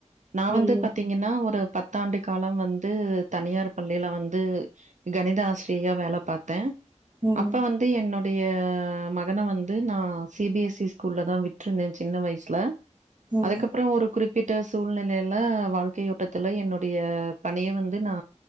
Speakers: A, on the right; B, on the right.
A: நா
B: ம்
A: வந்து பாத்தீங் ங்கன்னா ஒரு பத்தாண்டு காலம் வந்து தனியார் பள்ளியில வந்து கணித ஆசிரியாரா வேல பாத்தே
B: ம்
A: அப்ப வந் வந்து என்னுடைய மகன வந்து நா சிபி எஸ் சி ஸ்கூல்ல தா விட்ருந்த சின்ன வயசுல
B: ம்
A: அதுக்கப்றொ
B: ம்
A: ஒரு குறிப் குறிப்பிட்ட சூழ்நிலையில வாழ்க்கை ஓட்டத்துல என்னுடைய பணிய வந்து நா